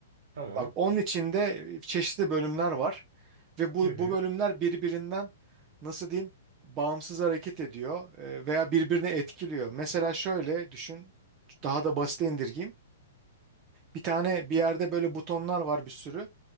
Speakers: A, on the right; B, on the right.
A: Tamam.
B: Bak onun içinde çeşitli bölümler var ve bu
A: Hı hı.
B: bu bölümler birbirinden nasıl diyeyim bağımsız hareket ediyor e, veya birbirine etkiliyor. Mesela şöyle düşün daha da basite indirgeyim. Bir tane bir yerde böyle butonlar var bir sürü.